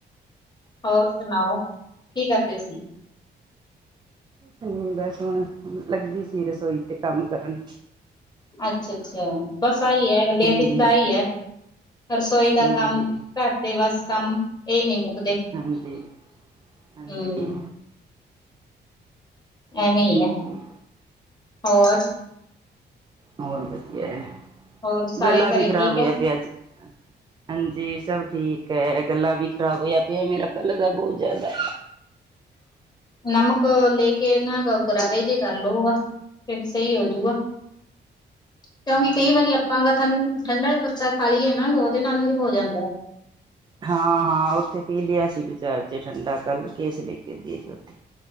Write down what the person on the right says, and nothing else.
ਕੁਛ ਨੀ ਬਸ ਹੁਣ, ਲੱਗੀ ਸੀ ਰਸੋਈ ਤੇ ਕੰਮ ਕਰਨ।
ਹਾਂਜੀ
ਹਾਂਜੀ
ਹਾਂਜੀ ਹਾਂਜੀ
ਹੋਰ
ਜੀ
ਹੋਰ ਵਧੀਆ ਐ,
ਗਲਾ ਵੀ
ਖ਼ਰਾਬ
ਹੋਇਆ
ਪਿਆ ਅੱਜ। ਹਾਂਜੀ, ਸਭ ਠੀਕ ਐ ਗੱਲਾਂ ਵੀ ਖ਼ਰਾਬ ਹੋਇਆ ਪਿਆ, ਮੇਰਾ ਪੈਲਾ ਦਾ ਬਹੁਤ ਜ਼ਿਆਦਾ।
ਹਾਂ
ਇਹ
ਹਾਂ-ਹਾਂ, ਉੱਥੇ ਪੀਲਿਆ ਸੀ, ਬਜਾਰ'ਚ ਠੰਡਾ ਕੱਲ, ਕੇਸ ਲੈ ਕੇਏ ਸੀ ਉੱਥੇ।